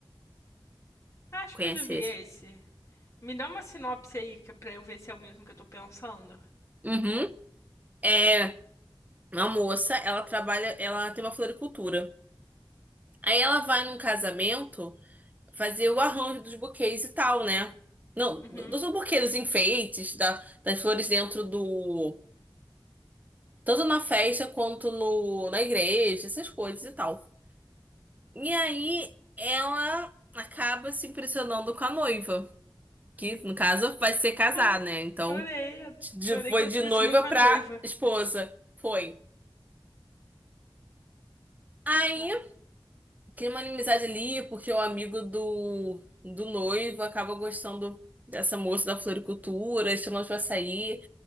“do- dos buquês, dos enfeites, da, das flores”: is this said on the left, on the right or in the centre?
Right